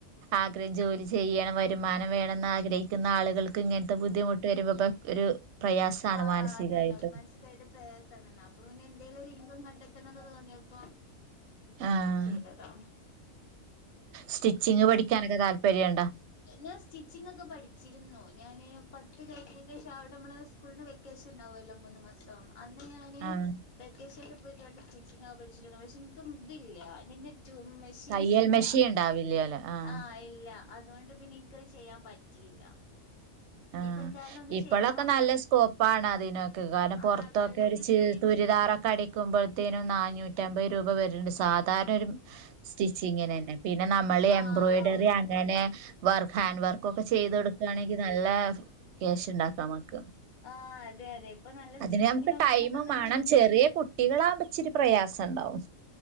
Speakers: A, on the right (about 65°); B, on the left (about 40°).
A: ആഗ്രഹി ജോലി ചെയ്യണം വരു രുമാനം വേണമെന്ന് ആഗ്രഹിക്കുന്ന ആളുകൾക്ക്. ഇങ്ങത്തെ ബുദ്ധിമുട്ട് വരുമ്പോ പ ഒരു പ്രയാസാണ്
B: ആ
A: മാനസികായിട്ടും
B: അതെണ് മനസ്സിക്കായിട്ട് പ്രയാസണല്ലോ അപ്പൊ പിന്നെ എന്തെലും ഒരു ഇൻകം കണ്ടെത് കടതണം തോന്നിയപ്പോ
A: ആഹ്
B: ചെയതതാ
A: സ്റ്റിച്ചിങ് പഠിക്കാനൊക്കെ താല്പര്യണ്ടാ?
B: ഞാൻ സ്റ്റിച്ചിങ് ഒക്കെ പഠിച്ചിരുന്നു. ഞാന് പത്ത് കഴിഞ്ഞിന് ശേഷം അവിടെ നമ്മള് സ്കൂളിന് വെക്കേഷൻ ഉണ്ടാവുമല്ലോ മൂന്ന് മാസം. അന്ന് ഞാന്
A: ആഹ്
B: വെക്കേഷനിൽ പോയി കണ്ട് സ്റ്റിച്ചിങ്ങ് ആ പഠിച്ചിരുന്നു. പക്ഷെ എൻക്കും ഇതില്ല തിന്റെ ററു മെഷീൻസ്
A: തയ്യൽ
B: ഇല്ല
A: മെഷീൻ ഉണ്ടാവില്ലേല്ലോ ആഹ്
B: ആ ഇല്ല. അതൊണ്ട് പിന്നെ ഇൻക്കത് ചെയ്യാൻ പറ്റിയില്ല. ഇനിയിപ്പോ
A: ആ
B: എന്തായാലും ഒന്ന്
A: ഇപ്പോഴൊക്കെ
B: ചെയ്ത് നോക്കണം
A: നല്ല സ്കോപ്പാണ്. അതിനൊക്കെ കാരണം
B: ആഹ്
A: പൊ റത്തൊക്കെരു
B: നല്ല ഡിസൈനും
A: <unintelligible> ദാറൊക്കെ അടിക്കുമ്പോഴത്തേനും നാനൂറ്റഅമ്പത് രൂപ വരുന്നുണ്ട് സാധ്യ <unintelligible> സ്റ്റിച്ചിങ്ങിനന്നെ പിന്നെ നമ്മൾ
B: ആഹ്
A: എംബ്രോയിഡറി
B: അതെ
A: അങ്ങനെ വർക്ക് ഹാൻഡ് വർക്ക് ക്കൊക്കെ ചെയ്ത് യെടുക്കയാണെങ്കിൽ. നല്ല ക്യാഷ് ഉണ്ടാക്കാം നമക്ക്.
B: ആഹ് അതെ അതെ ഇപ്പൊ നല്ല സ്റ്റിച്ചിങ്ങിനും
A: അതിന് നമക്ക് ടൈമും
B: ഇതിനൊക്കെന്ന്
A: വേണം. ചെറിയ കുട്ടികളാവകുമ്പോ ഇച്ചിരി പ്രയാസം. ണ്ടാവും.